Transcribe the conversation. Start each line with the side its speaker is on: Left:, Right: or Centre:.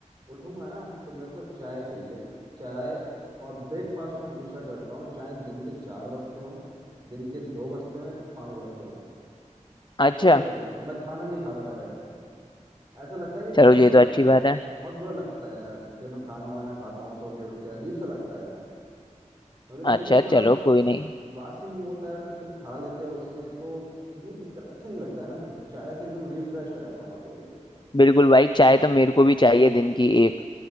Right: उठूंगा ना तो मेरे को चाय चाहिए चाय और ब्रेकफास्ट में हमेशा करता हूँ चाहे दिन के चार बजते हों दिन के दो बजते हों या पाँच बजते हों
Left: अच्छा
Right: समझ रहे हो मैं खाना नहीं खाता डायरेक्ट ऐसा लगता है कि बहुत
Left: चलो ये
Right: ही बुरा
Left: तो अच्छी
Right: फिर
Left: बात है
Right: बहुत बुरा लगता है यार जब मैं खाना वाना खाता हूँ सो के उठ के अजीब सा लगता है समझ रहे हो क्योंकि
Left: अच्छा
Right: तुम्हारा
Left: चलो
Right: स-
Left: कोई नहीं
Right: बासी मुंह होता है फिर तुम खा लेते हो उसमें तो ये दिक्कत अच्छा नहीं लगता है ना फिर चाय से एकदम रिफ्रेश हो जाता हूँ मैं तो भाई
Left: बिल्कुल भाई चाय तो मेरे को भी चाहिए दिन की एक